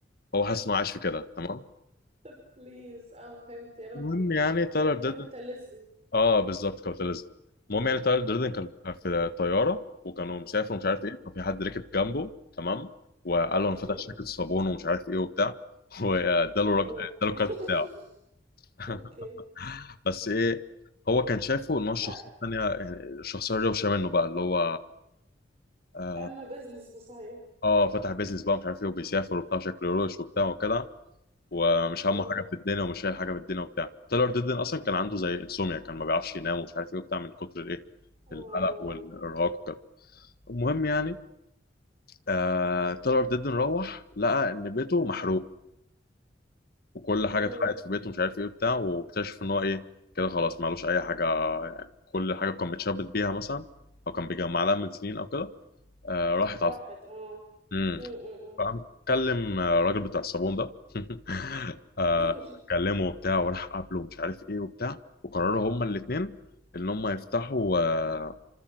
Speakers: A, on the left; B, on the right.
A: هو حاسس انه عايش في كده تمام
B: <laughs> بليز اه فهمت يا ربي
A: المهم يعني تايلر
B: الكابيتاليزم
A: دردن اه بالظبط كابيتاليزم المهم يعني تايلر دردن كان في طياره وكانوا مسافر ومش عارف ايه وفي حد ركب جنبه تمام وقال
B: اوكي
A: له انا فاتح شركه صابون ومش عارف ايه وبتاع <laughs> واداله رق...
B: أهو.
A: اداله الكارت
B: <laughs>
A: بتاعه <laughs>
B: اوكي
A: بس ايه هو كان شايفه ان هو الشخصيه
B: أ-
A: الثانيه يعني الشخصيه الروشه منه بقى اللي هو اه
B: اما بزنس بصحيح
A: آه، فتح بيزنس بقى مش عارف ايه وبيسافر وبتاع شكله روش وبتاع وكده ومش همه
B: اه
A: حاجه في الدنيا ومش شايل حاجه من الدنيا وبتاع تايلور ديدن اصلا كان عنده زي انسوميا كان ما بيعرفش ينام ومش عارف ايه وبتاع من كتر الايه
B: اه
A: القلق والارهاق وكده المهم يعني آه تايلور ديدن روح لقى ان بيته محروق وكل حاجه
B: مم.
A: اتحرقت في بيته ومش عارف ايه بتاع واكتشف ان هو ايه كده خلاص معلوش اي حاجه يعني كل حاجه كان بيتشبت بيها مثلا او كان بيجمع لها من سنين او كده آه راحت على
B: راحت اه
A: امم
B: مم، مم، مم.
A: فقام كلم آه، الراجل بتاع الصابون ده <laughs> آه
B: <laughs>
A: كلمه وبتاع وراح قابله ومش عارف ايه وبتاع وقرروا هما الاثنين ان هما يفتحوا آه